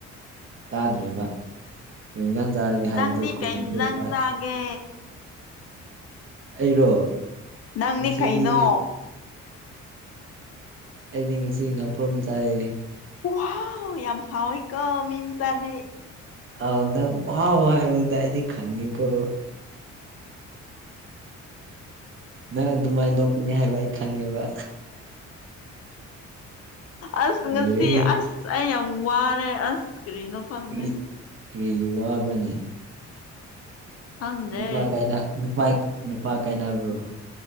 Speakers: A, on the right; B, on the left.
A: ꯇꯥꯗ꯭ꯔꯦꯕ ꯀꯩ ꯏꯟꯁꯥꯡ ꯆꯥꯔꯒꯦ ꯍꯥꯏꯕꯗꯨ
B: ꯅꯪꯗꯤ
A: ꯈꯨꯝꯕꯗꯨ
B: ꯀꯩ ꯍꯤꯟꯖꯥꯡ
A: ꯍ‌ꯣꯏ
B: ꯆꯥꯒꯦ
A: ꯑꯩꯔꯣ
B: ꯅꯪꯅꯤ
A: ꯉꯁꯤꯗꯤ
B: ꯀꯩꯅꯣ
A: ꯑꯩꯗꯤ ꯉꯁꯤ ꯉꯥꯄ꯭ꯔꯨꯝ ꯆꯥꯏ
B: ꯋꯥꯎ ꯌꯥꯝ ꯍꯥꯎꯋꯦ ꯀꯣ ꯃꯤ ꯃꯆꯥꯗꯤ
A: ꯑꯥꯎ ꯅꯪ ꯋꯥꯎ ꯍꯥꯏꯕꯗꯨꯗꯥ ꯑꯩꯗꯤ ꯈꯪꯉꯤꯀꯣ ꯅꯪ ꯑꯗꯨꯃꯥꯏ ꯅꯣꯛꯀꯅꯤ ꯍꯥꯏꯕ ꯑꯩ ꯈꯪꯉꯦꯕ
B: ꯑꯁ
A: ꯂꯣꯏꯔꯦꯍꯦ
B: ꯉꯁꯤ ꯑꯁ ꯑꯩ ꯌꯥꯝ ꯋꯥꯔꯦ ꯑꯁ ꯀꯔꯤꯅꯣ ꯈꯪꯗꯦ
A: ꯀꯔꯤ ꯀꯔꯤꯒꯤ ꯋꯥꯕ꯭ꯔꯥꯅꯦ
B: ꯈꯪꯗꯦ
A: ꯅꯨꯄꯥ ꯀꯥꯏꯅꯥ ꯅꯨꯄꯥꯏ ꯅꯨꯄꯥ ꯀꯥꯏꯅꯕ꯭ꯔꯣ